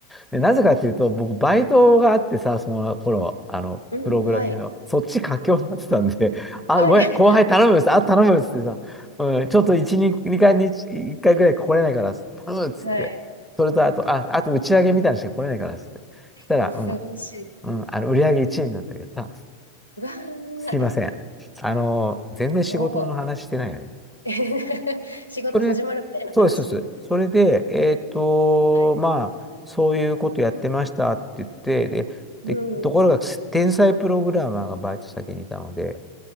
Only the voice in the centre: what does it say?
でなぜかっていうと、僕、バイトがあってさ、その頃、あの、
プログラミングの、
そっち佳境になってたんで、あ、
ごめん、
後輩頼むです、あ、頼むですってさ、うん、ちょっと1、2、2回に1回ぐらい来れないから頼むっつって、
それとあと、あ、あと打ち上げみたいなのしか来れないからっつって、そしたら、
うん、うん、あの、売り上げ1位になってやったっつって
すいません。
あの、全然仕事の話してないよね。
それ、そうです、そうです。それで、えっと、
まあ、そういうことやってましたって言って、で、
で、ところが、天才プログラマーがバイト先にいたので、